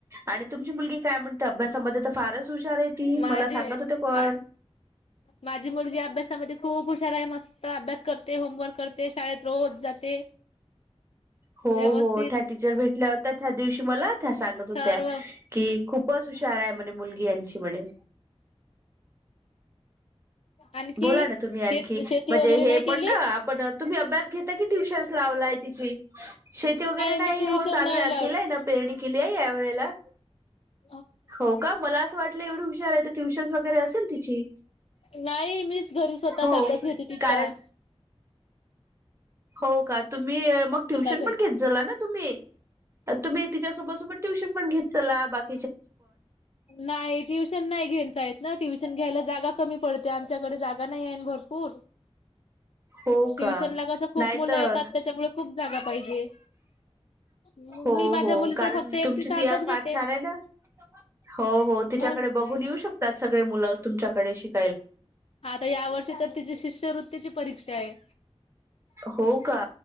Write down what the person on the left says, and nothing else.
माझी
मा माझी मुलगी अभ्यासामध्ये खूप आहे मस्त अभ्यास करते होमवर्क करते शाळेत रोज जाते
व्यवस्थित
सर्व
आणखी
शेत शेती
वगैरे
नाही केली?
मी
ट्युशन
नाही
ह
नाही मीच घरी स्वतःच
आपल्या खेचा
घरी
नाही ट्युशन नाही घेनच य ना ट्युशन घ्यायला जागा कमी पडते आमच्याकडे जागा नाही आहे भरपूर
ट्युशन
ला कस खूप
मुलं
येतात त्याच्यामुळे खूप जागा पाहिजे. मग
मी माझ्या
मुलीचा
फक्त एकटीचा
अभ्यास घेते.
मन
हाता या वर्षी तर तिची शिष्यवृत्तीची परीक्षा आहे.